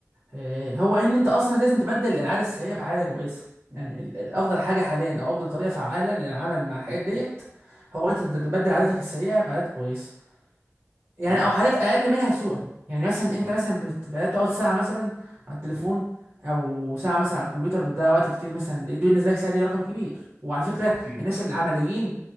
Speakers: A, on the right; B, on the right.
A: آه، هو ان انت اصلا لازم تبدل العاده السيئه بعاده كويسه يعني ال- ال- افضل حاجه حاليا او افضل طريقه فعاله للعمل مع الحاجات ديت هو انت تبدل عاداتك السيئه بعادات كويسه يعني
B: تمام
A: او حاجات اقل منها سوءا يعني مثلا
B: صح
A: انت مثلا بت- بدات تقعد ساعه مثلا على التليفون او ساعه مثلا على الكمبيوتر بتضيع وقت كتير مثلا دي دي بالنسبه لك ساعه دي رقم كبير وعلى فكره
B: أكيد
A: الناس العمليين